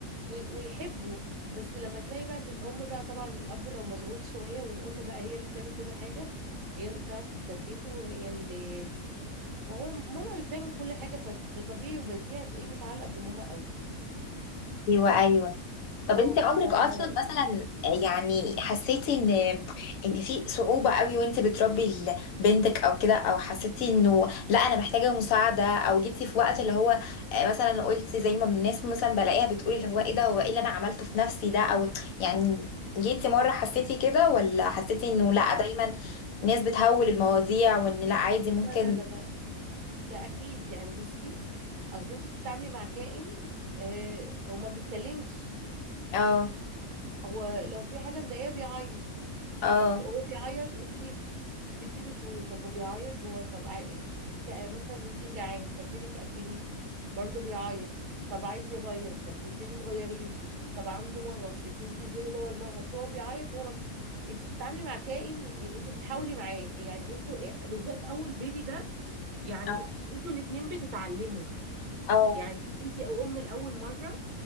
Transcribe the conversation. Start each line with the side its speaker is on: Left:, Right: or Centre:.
Right: وي- ويحبه بس لما تلاقي بقى ان الام بقى طبعا الاب لو مشغول شويه والام بقى هي اللي بتعمل كل حاجه هي اللي بتعرف تسكته وهي اللي هو ماما اللي بتعمل كل حاجه ف- فطبيعي وبديهي هتلاقيه متعلق بماما قوي
Left: ايوه ايوه طب
Right: اه
Left: انت
Right: ف-
Left: عمرك اصلا مثلا يعني حسيتي ان ان في صعوبة قوي وانت بتربي ال- بنتك او كده او حسيتي انه لا انا محتاجة مساعدة او جيتي في وقت اللي هو آه، مثلا قلتي زي ما الناس مثلا بلاقيها بتقولي اللي هو ايه ده هو ايه اللي انا عملته في نفسي ده او يعني جيتي مرة حسيتي كده ولا حسيتي انه
Right: اكيد
Left: لا دايما ناس بتهول المواضيع وان لا عادي ممكن
Right: لا لا لا لا ده اكيد يعني بصي اصل انت بتتعاملي مع كائن آه هو ما بيتكلمش
Left: اه
Right: هو لو في حاجه مضايقاه بيعيط
Left: اه
Right: طب هو بيعيط انت تبتدي تقولي طب هو بيعيط هو طب عا- ك- مثلا يمكن جعان فبتدي تأكليه برضه بيعيط طب عايز يغير فبتبتدي تغيريه طب عنده مغص تبتدي تديله دواء المغص هو بيعيط هو انت بتتعاملي مع كائن انت بتحاولي معاه يعني انتوا بالذات اول بيبي ده يعني
Left: اه
Right: انتوا الاتنين بتتعلموا
Left: اه
Right: يعني انت او ام لاول مره